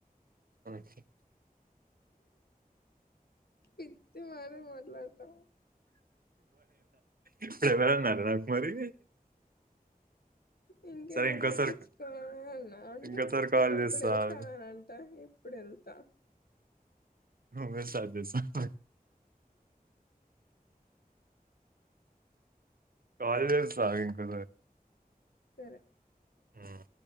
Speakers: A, on the right; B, on the left.
A: కు
B: పిచ్చి మారే మాట్లాడతాము
A: ఇప్పుడు ఎవర అారణకుమారి
B: ఇంకేమ
A: సరే ఇంకోసారి
B: కుట్టించుకోవాలన్నా అంటే
A: ఇంకోసారి కాల్
B: ఆ ఇప్పుడు
A: చేస్తా
B: వెళ్తానంట
A: ఆగు.
B: అప్పుడు ఎంత
A: నువ్వే స్టార్ట్ చేసావా హాల్డేస్సా ఇంకోసారి
B: సరే
A: ఉమ్.